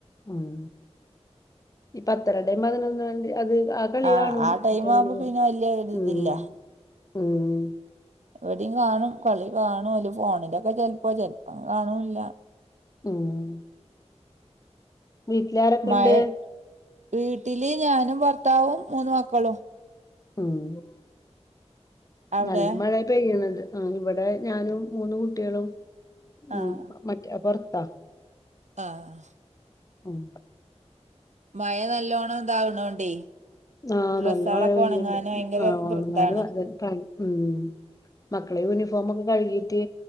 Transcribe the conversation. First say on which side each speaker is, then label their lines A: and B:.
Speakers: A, on the left (about 30°); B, on the right (about 85°).
A: ഉം ഈ പത്തരടേം പതിനൊന്ന് മണിടിം അത് <unintelligible> കളികാണും
B: ആഹ് ആ ടൈം
A: ഇന്നട്ട് അങ്ങന്നെ
B: ആവുമ്പോ
A: വരും
B: പിന്നെ വല്യ ഒരിതില്ല
A: ഉം ഉം
B: ഇവിടേം കാണും കളി കാണോല് ഫോണിലൊക്കെ ചെലപ്പോ ചെലപ്പം കാണൂല്ല
A: ഉഉം വീട്ടിലാരൊക്കെ
B: മഴ
A: ണ്ട്
B: വീട്ടില് ഞാനും ഭർത്താവും മൂന്ന് മക്കളും
A: ഊ.. മ്
B: അവിടെ
A: നല്ല മഴ പെയ്യണത് ആഹ് ഇവിടെ ഞാനും മൂന്ന് കുട്ടികളും
B: ആഹ്
A: ഉം മറ്റ വർത്ത
B: ആഹ്
A: ഉം പ
B: മഴ നല്ലോണം ഇതാവണോണ്ടേ
A: ആഹ്
B: ഡ്രസ്സാളൊക്കെ
A: നല്ല മഴ പെയ്യണ്ട്
B: ഒണങ്ങാന് ഭയങ്കര
A: ആഹ് ഓണങ്ങാലും
B: ഇതാണ്
A: അത് <unintelligible> ഉം മക്കളെ യൂണിഫോമൊക്കെ കഴുകിട്ട്